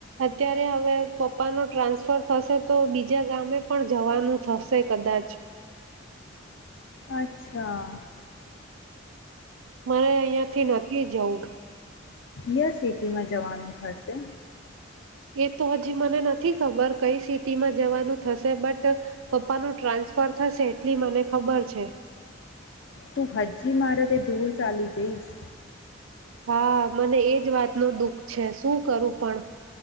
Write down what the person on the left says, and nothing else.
અચ્છા
ય સિટીમાં જવાનું થશે
તું હજી મારા થી દૂર ચાલી જઈશ